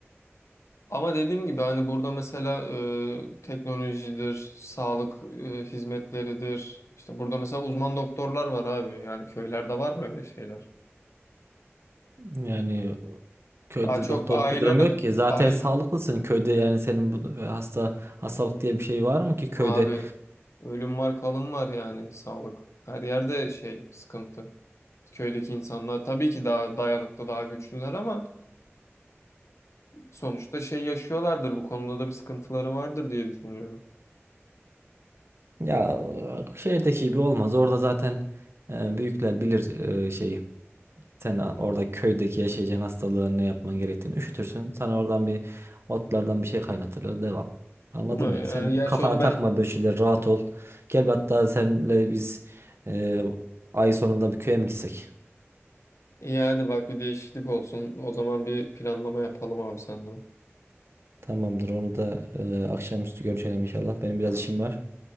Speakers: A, on the left (about 80°); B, on the right (about 60°).
A: Ama dediğim gibi hani burada mesela e, teknolojidir, sağlık e, hizmetleridir. İşte burada mesela uzman doktorlar var abi. Yani köylerde var böyle şeyler.
B: yani köyde
A: Daha çok
B: doktorluk
A: aile
B: bir durum yok ki. Zaten
A: aile
B: sağlıklısın köyde yani senin bu hasta hastalık diye bir şey var mı ki köyde?
A: abi ölüm var, kalım var yani sağlık. Her yerde şey sıkıntı. Köydeki insanlar tabii ki daha dayanıklı, daha güçlüler ama sonuçta şey yaşıyorlardır. Bu konuda da bir sıkıntıları vardır diye düşünüyorum.
B: Ya şehirdeki gibi olmaz. Orada zaten e, büyükler bilir e, şeyi. Sen a- orada köydeki yaşayacağın hastalığın ne yapman gerektiğini üşütürsün. Sana oradan bir otlardan bir şey kaynatırlar. Devam. Anladın
A: Değil mi?
B: beni. Sen
A: Yani gerçi
B: kafana
A: onu ben
B: takma böyle şeyler. Rahat ol. Gel bir hatta senle biz e, ay sonunda bir köye mi gitsek?
A: İyi hadi bak bir değişiklik olsun. O zaman bir planlama yapalım abi senden.
B: Tamamdır. Onu da e, akşamüstü görüşelim inşallah. Benim biraz
A: Tamam,
B: işim var.